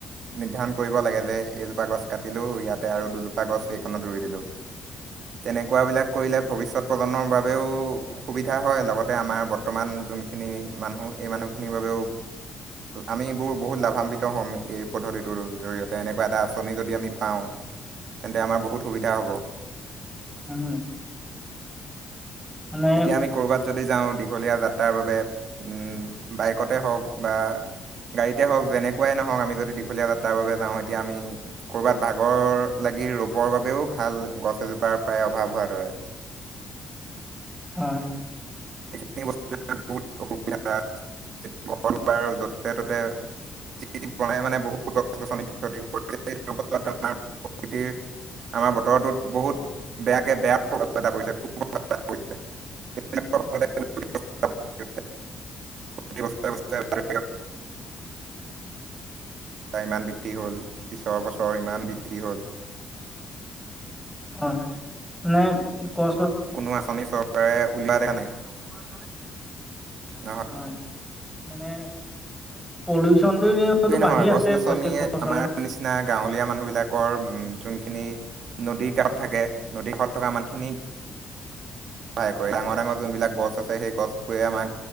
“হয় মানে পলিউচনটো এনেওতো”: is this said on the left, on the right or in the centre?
Centre